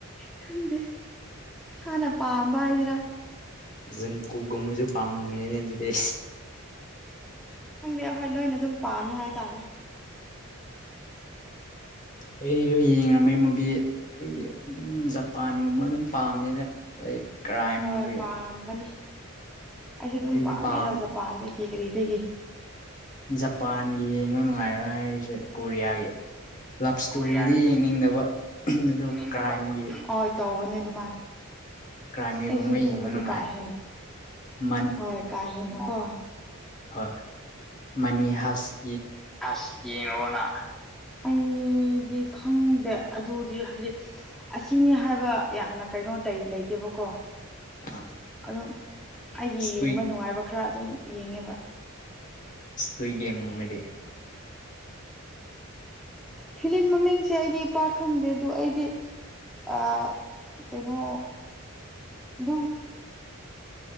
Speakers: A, in the centre; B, on the left.
A: ꯈꯪꯗꯦ ꯏꯁꯥꯅ ꯄꯥꯝꯕ ꯍꯥꯏꯁꯤꯔꯥ
B: ꯨꯝ ꯀꯒꯨꯝꯃꯁꯨ ꯄꯥꯝꯃꯃꯤꯅꯦ ꯑꯗꯨꯗꯤ
A: ꯈꯪꯗꯦ ꯑꯩꯍꯣꯏ ꯂꯣꯏꯅ ꯑꯗꯨꯝ ꯄꯥꯝꯃꯦ ꯍꯥꯏꯇꯥꯔꯦ
B: ꯑꯩꯁꯨ ꯌꯦꯡꯉꯝꯃꯦ ꯃꯨꯚ ꯑꯩꯗꯤ ꯑꯗꯨꯝ ꯖꯄꯥꯟꯒꯨꯝꯕ ꯑꯗꯨꯝ ꯄꯥꯝꯅꯦꯅ ꯂꯥꯏꯛ ꯀ꯭ꯔꯥꯏꯝꯒꯤ
A: ꯍꯣꯏ ꯄꯝꯝꯕꯅꯦ ꯑꯩꯁꯨ ꯑꯗꯨꯝ
B: ꯑꯩꯗꯤ
A: ꯄꯥꯝꯃꯦꯗ
B: ꯄꯥꯝ
A: ꯖꯄꯥꯟꯗꯒꯤ ꯀ ꯀꯔꯤꯗꯒꯤ
B: ꯖꯄꯥꯟꯒꯤ ꯌꯦꯡꯕ ꯅꯨꯡꯉꯥꯏꯔ ꯍꯥꯏꯔꯤꯁꯦ ꯀꯣꯔꯤꯌꯥꯒꯤ ꯂꯞ ꯏꯁꯇꯣꯔꯤꯗꯤ
A: ꯀꯣꯔꯤꯌꯥꯒꯤ
B: ꯌꯦꯡꯅꯤꯡꯗꯕ ꯑꯗꯨ
A: ꯌꯦꯡꯅꯤꯡꯗꯕ
B: ꯀ꯭ꯔꯥꯏꯝꯒꯤ
A: ꯍꯣꯏ ꯇꯧꯕꯅꯦ ꯑꯗꯨꯃꯥꯏ
B: ꯀ꯭ꯔꯥꯏꯝꯒꯤꯒꯨꯝꯕ
A: ꯑꯩꯁꯨ ꯑꯗꯨꯒꯨꯝꯕꯗꯤ
B: ꯌꯦꯡꯕ ꯅꯨꯡꯉꯥꯏ
A: ꯀꯥ ꯍꯦꯟꯅ
B: ꯃꯟ
A: ꯍꯣꯏ ꯀꯥ ꯍꯦꯟꯅ ꯀꯣ
B: ꯍꯣꯏ ꯃꯅꯤꯍꯖ
A: ꯑꯁ ꯌꯦ ꯉ ꯍꯅꯥ ꯑꯩꯗꯤ ꯈꯪꯗꯦ ꯑꯗꯨꯗꯤ ꯍꯥꯏꯕꯗꯤ ꯑꯁꯤꯅꯤ ꯍꯥꯏꯕ ꯌꯥꯝꯅ ꯀꯩ ꯀꯩꯅꯣ ꯇ ꯂꯩꯇꯦꯕꯀꯣ
B: ꯑꯥ
A: ꯑꯗꯨꯝ ꯑꯩꯒꯤ
B: ꯏꯁꯀꯨꯏ
A: ꯌꯦꯡꯕ ꯅꯨꯡꯉꯥꯏꯕ ꯈꯔ ꯑꯗꯨꯝ ꯌꯦꯡꯉꯦꯕ
B: ꯁꯄꯦꯝꯒꯃꯦꯗꯤ
A: ꯐꯤꯂꯝꯂꯝ ꯃꯃꯤꯡꯁꯦ ꯑꯩꯗꯤ ꯏ ꯄꯥꯛ ꯈꯪꯗꯦ ꯑꯗꯨ ꯑꯩꯗꯤ ꯑ ꯀꯩꯅꯣ ꯑꯗꯨꯝ